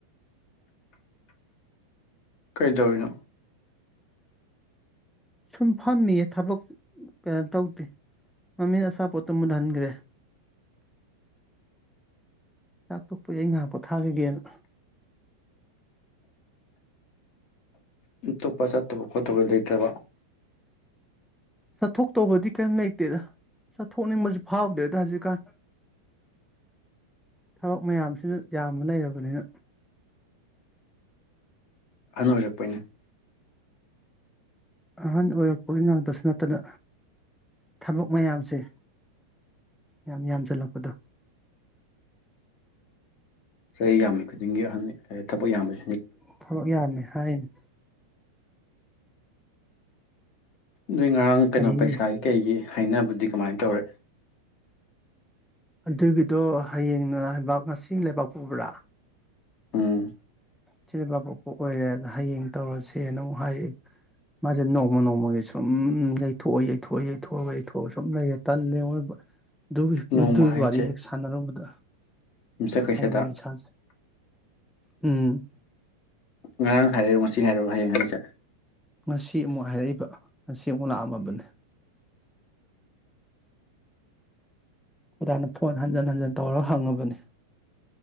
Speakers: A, on the left; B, in the centre.
A: ꯀꯩꯗꯧꯔꯤꯅꯣ
B: ꯁꯨꯝ ꯐꯝꯃꯤꯌꯦ ꯊꯕꯛ ꯀꯩꯅꯣ ꯇꯧꯗꯦ ꯃꯝꯃꯤꯅ ꯑꯁꯥꯄꯣꯠꯇꯨ ꯃꯨꯜꯍꯟꯒ꯭ꯔꯦ ꯆꯥꯛꯊꯣꯛꯄ ꯑꯩ ꯉꯥꯏꯍꯥꯛ ꯄꯣꯊꯥꯈꯤꯒꯦꯅ
A: <unintelligible> ꯈꯣꯠꯇꯕ ꯂꯩꯇ꯭ꯔꯕꯥ
B: ꯆꯠꯊꯣꯛ ꯇꯧꯕꯗꯤ ꯀꯔꯤꯝ ꯂꯩꯇꯦꯗ ꯆꯠꯊꯣꯛꯅꯤꯡꯕꯁꯨ ꯐꯥꯎꯗꯦꯗ ꯍꯧꯖꯤꯛꯀꯥꯟ ꯊꯕꯛ ꯃꯌꯥꯝꯁꯤꯗ ꯌꯥꯝꯅ ꯂꯩꯔꯕꯅꯤꯅ
A: ꯑꯅ ꯑꯣꯏꯔꯛꯄꯅꯦ
B: ꯑꯍꯟ ꯑꯣꯏꯔꯛꯄꯒꯤ ꯉꯥꯛꯇꯁꯨ ꯅꯠꯇꯅ ꯊꯕꯛ ꯃꯌꯥꯝꯁꯦ ꯌꯥꯝ ꯌꯥꯝꯁꯤꯜꯂꯛꯄꯗꯣ
A: ꯆꯍꯤ ꯌꯥꯝꯃꯤ ꯈꯨꯗꯤꯡꯒꯤ ꯑꯍꯟ ꯊꯕꯛ ꯌꯥꯝꯃꯦ
B: ꯊꯕꯛ ꯌꯥꯅꯤ ꯍꯥꯏꯅꯤ
A: ꯅꯣꯏ ꯉꯔꯥꯡ ꯀꯩꯅꯣ
B: ꯆꯍꯤ
A: ꯄꯩꯁꯥꯒꯤ ꯀꯩꯒꯤ ꯍꯥꯏꯅꯕꯗꯤ ꯀꯃꯥꯏꯅ ꯇꯧꯔꯦ
B: ꯑꯗꯨꯒꯤꯗꯣ ꯍꯌꯦꯡꯕꯥꯛ ꯉꯁꯤ ꯂꯩꯕꯥꯛꯄꯕ꯭ꯔꯥ
A: ꯎꯝ
B: ꯁꯤꯗ ꯄ ꯄꯣꯛꯄ ꯑꯣꯏꯔꯦ ꯍꯌꯦꯡ ꯇꯧꯔꯁꯦꯅ ꯑꯃꯨꯛ ꯍꯥꯏꯌꯦ ꯃꯥꯁꯦ ꯅꯣꯡꯃ ꯅꯣꯡꯃꯒꯤ ꯁꯨꯝ ꯌꯩꯊꯣꯛꯑꯣ ꯌꯩꯊꯣꯛꯑ ꯌꯩꯊꯣꯛꯑꯒ ꯌꯩꯊꯣꯛꯑ ꯁꯨꯝ ꯂꯩꯔꯦ ꯇꯜꯂꯦꯣꯏ ꯑꯗꯨꯒꯤ
A: ꯅꯣꯡꯃ
B: ꯑꯗꯨꯒꯤ
A: ꯍꯥꯏꯁꯦ
B: ꯋꯥꯔꯤ ꯍꯦꯛ ꯁꯥꯟꯅꯔꯨꯕꯗ
A: ꯌꯨꯝꯁꯀꯩꯁꯗ
B: ꯍꯅꯤ ꯆ ꯎꯝ
A: ꯉꯔꯥꯡ ꯍꯥꯏꯔꯛꯣ ꯉ ꯍꯥꯏꯔꯛꯑꯣ ꯍꯌꯦꯡ ꯍꯥꯏꯅꯤꯁꯦ
B: ꯉꯁꯤ ꯑꯃꯨꯛ ꯍꯥꯏꯔꯛꯏꯕ ꯉꯁꯤ ꯑꯃꯨꯛ ꯂꯥꯛꯑꯝꯃꯕꯅꯦ ꯍꯗꯥꯅ ꯐꯣꯟ ꯍꯟꯖꯤꯟ ꯍꯟꯖꯤꯟ ꯇꯧꯔꯒ ꯍꯪꯉꯕꯅꯤ